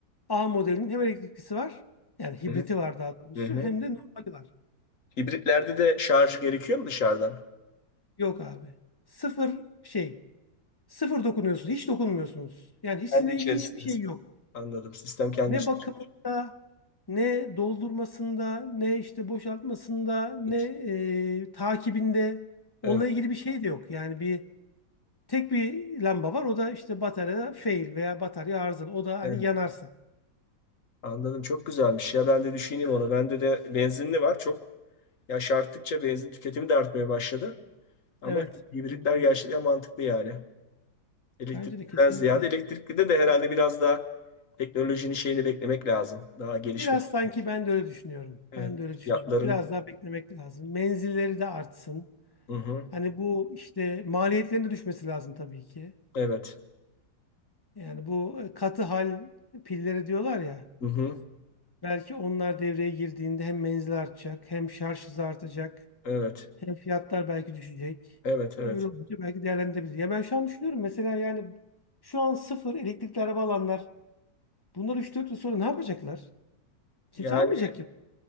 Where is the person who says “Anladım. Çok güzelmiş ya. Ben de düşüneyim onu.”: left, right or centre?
Left